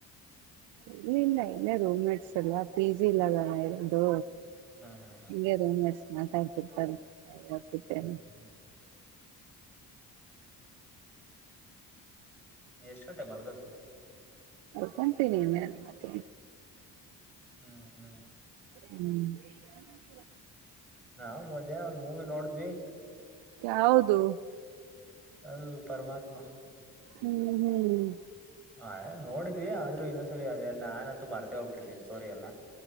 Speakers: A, on the right; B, in the centre.
A: ಇಲ್ಲ ಇಲ್ಲ ಇಲ್ಲೇ ರೂಮ ಮೇಟ್ಸ್ ಎಲ್ಲ ಪಿ ಜಿ ಇಲ್ಲದ ಆದು
B: ಹ್ಮ್ ಹ್ಮ್
A: ಇಗೆ ಮಸ್ ನಾತಾಯ್ತಿರ್ತಾರೆ ಎಟ್ಟನೆ
B: ಹ್ಮ್ ಹ್ಮ್ ಹ್ಮ್ ನೀ ಎಷ್ಟುಂೆ ಮಲಗದು
A: ಕಂತ ನೀ ಮತ
B: ಹ್ಮ್ ಹ್ಮ್
A: ಹ್ಮ್ ಹ
B: ನಾವವು ಮಧ್ಯಾಹ್ನ ಒಂದ್ ಮೂವಿ ನೋಡಿದ್ವಿ
A: ಯೌದು
B: ಹೌದು ಪರಮಾತ್ಮ
A: ಹ್ಮ್ ಹ್ಮ್
B: ಹಾ ನೋಡಿದ್ವಿ ಆದ್ರೂ ಇನ್ನೊಂದ್ಸರಿ ಅದೆೇಲ್ಲ ನಾನನ್ಂತೂ ಮರ್ತೆ ಹೋಗ್ಬಿಟ್ಟಿರ್ತೀನಿ ಸ್ಟೋರಿ ಎಲ್ಲ